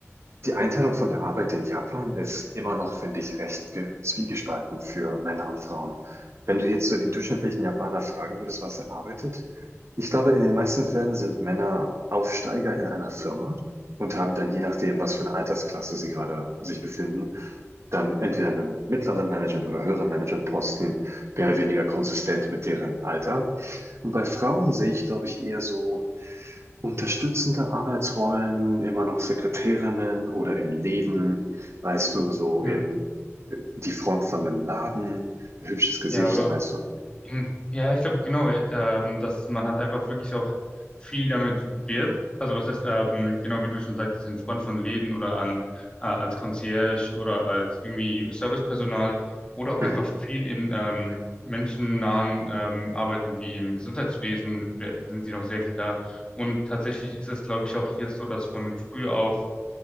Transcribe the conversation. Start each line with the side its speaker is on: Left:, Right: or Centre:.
Right: die Einteilung von der Arbeit in Japan ist immer noch, finde ich, recht ge- zwiegespalten für Männer und Frauen. Wenn du jetzt so den durchschnittlichen Japaner fragen würdest, was er arbeitet, ich glaube, in den meisten Fällen sind Männer Aufsteiger in einer Firma und haben dann, je nachdem, was für eine Altersklasse sie gerade sich befinden, dann entweder einen mittleren Management- oder höheren Managementposten, mehr oder weniger konsistent mit deren Alter. Und bei Frauen sehe ich, glaube ich, eher so unterstützende Arbeitsrollen, immer noch Sekretärinnen oder in Läden, weißt du, so
Left: Ja,
Right: in die Front von einem Laden, hübsches Gesicht,
Left: ja, oder auch.
Right: weißt du.
Left: Eben. Ja, ich glaube genau, äh, ähm, dass man halt einfach wirklich auch viel damit wirbt. Also was heißt, ähm, genau wie du schon sagtest, in Front von Läden oder an, äh, als Concierge oder als irgendwie Servicepersonal oder auch
Right: Mhm,
Left: einfach viel in ähm, menschennahen ähm, Arbeiten wie im Gesundheitswesen wer- sind sie noch sehr viel da. Und tatsächlich ist es, glaube ich, auch hier so, dass von früh auf